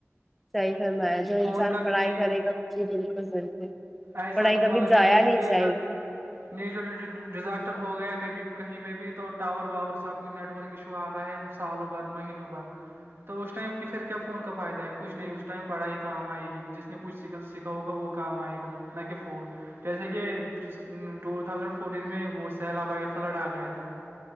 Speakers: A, in the centre; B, on the right.
A: صحی فرمایا جو
B: فون
A: انسان
B: کا
A: پڑھائی
B: کہ نہیں
A: کرے گا جی بالکل بالکل
B: ایسا
A: پڑھائی کبھی
B: مطلب
A: جایا
B: کہ نیچرل
A: نہیں جائے گی
B: نیچرل ڈیزاسٹر ہو گیا کبھی کہیں پہ بھی تو ٹاور واور سب کوچئی نیٹ ورک ایشو آ رہا ہے سالوں بھر مہینوں بھر تو اس ٹائم کی پھر کیا فون کا فائدہ ہے کچھ نہیں اس ٹائم پڑھائی کام آئے گی جس نے کچھ سکل سیکھا ہوگا وہ کام آئے گا نہ کہ فون جیسے کہ ٹو تھازینڈ فورٹین میں وہ سیلاب آ گیا فلڈ آ گیا تھا